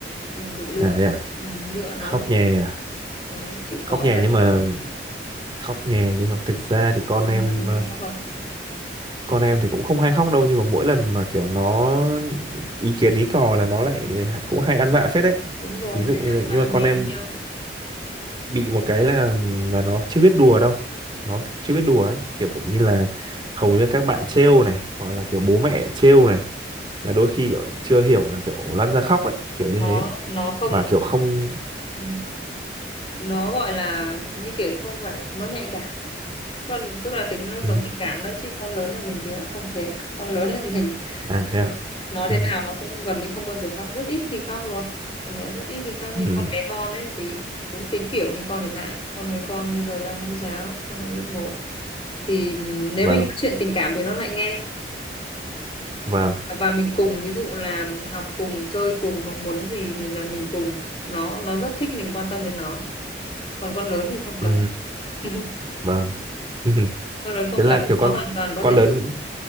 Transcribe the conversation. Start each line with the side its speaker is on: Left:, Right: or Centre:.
Left: mình phải lựa
Right: à thế à
Left: ừ, lựa nó
Right: khóc
Left: nhẹ
Right: nhè à
Left: đó, chịu
Right: khóc
Left: khó
Right: nhè
Left: dạy
Right: nhưng mà khóc nhè nhưng mà thực ra thì con
Left: con
Right: em
Left: này bạn có hay
Right: ờ,
Left: khóc không
Right: con em thì cũng không hay khóc đâu nhưng mà mỗi lần mà kiểu nó ý kiến ý cò là nó lại cũng hay ăn vạ phết đấy
Left: đúng rồi
Right: ví dụ
Left: hay
Right: như,
Left: ăn vạ
Right: nhưng mà con
Left: mè
Right: em
Left: nheo
Right: bị một cái là là nó chưa biết đùa đâu nó chưa biết đùa ấy kiểu
Left: ừ.
Right: như là hầu như các bạn trêu này hoặc là kiểu bố mẹ trêu này là đôi khi kiểu chưa hiểu là kiểu lăn ra khóc ấy kiểu
Left: nó
Right: như thế
Left: nó không
Right: mà kiểu không
Left: ừ. nó gọi là như kiểu không phải nó nhạy cảm con tức là tính nó sống
Right: ừ.
Left: tình cảm đấy chứ con lớn nhà mình thì nó không thế con lớn nhà mình
Right: à thế
Left: <laughs>
Right: à
Left: nói
Right: ừ.
Left: thế nào nó cũng gần như không bao giờ khóc rất ít khi khóc luôn con bé rất ít khi khóc
Right: Ừ.
Left: nhưng con bé con ấy thì đúng tính kiểu như con này bạn con bé con bây giờ đang mẫu giáo sang năm lớp một thì ừm, nếu
Right: vâng
Left: mình nói chuyện tình cảm thì nó lại nghe
Right: vâng
Left: và mình cùng ví dụ là học cùng chơi cùng hoặc muốn gì thì là mình cùng nó nó rất thích mình quan tâm đến nó còn con lớn thì không cần
Right: ừ.
Left: <laughs>
Right: vâng <laughs>
Left: con lớn không
Right: thế
Left: cần
Right: là kiểu
Left: nó
Right: con
Left: hoàn toàn có
Right: con
Left: thể
Right: lớn
Left: tự